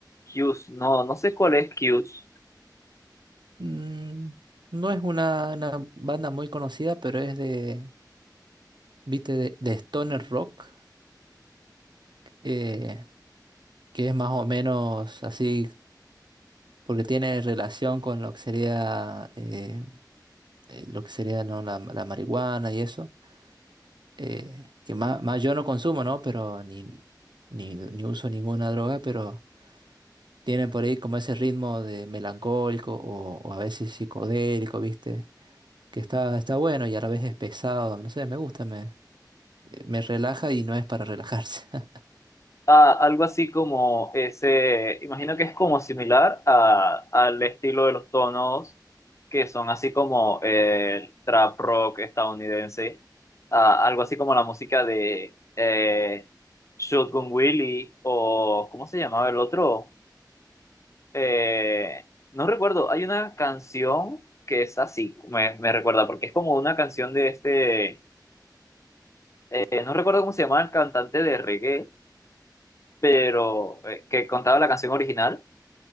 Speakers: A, on the left; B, on the right.
A: Cues no, no sé cuál es Cues
B: Mm, no es una, una banda muy conocida, pero es de, ¿viste? De, de stoner rock, eh, que es más o menos así, porque tiene relación con lo que sería, eh, eh, lo que sería, ¿no? la, la marihuana y eso. eh, que más, más yo no consumo, ¿no? Pero ni, ni, ni uso ninguna droga, pero tienen por ahí como ese ritmo de melancólico o, o a veces psicodélico, ¿viste? Que está, está bueno y a la vez es pesado, no sé, me gusta, me, me relaja y no es para relajarse. <laughs>
A: ah algo así como ese, imagino que es como similar a, al estilo de los tonos que son así como el trap rock estadounidense, ah algo así como la música de eh, Shotgun Willie o ¿cómo se llamaba el otro? Eh, no recuerdo, hay una canción que es así, me, me recuerda, porque es como una canción de este, eh, no recuerdo cómo se llama el cantante de reggae, pero eh, que contaba la canción original.